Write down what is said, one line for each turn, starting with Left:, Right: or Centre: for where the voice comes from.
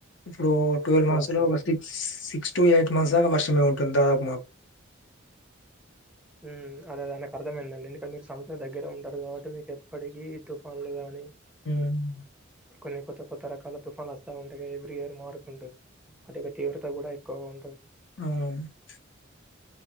Left: ఇప్పుడు ట్వెల్వ్
Centre: ఎక్కువ
Left: మంత్స్
Centre: వస్తుంది.
Left: లో ఒక six six to eight months దాగా వర్షం మే ఉంటుంది దాదాపు మాకు
Centre: ఉమ్ అదదే నాక్ అర్థమైందండి. ఎందుకంట్ మీరు సముద్రం దగ్గరే ఉంటారు గాబట్టి. మీకు ఎప్పటికీ తుఫాన్లు గాని,
Left: ఉహ్మ్
Centre: కొన్ని కొత్త కొత్త రకాల తుఫన్ వస్తా ఉంటాగా. Every year మారుకుంటూ. వాటి యొక్క తీవ్రత గూడా ఏక్ క్కువగుంటుంద్
Left: అవునవును ప్చ్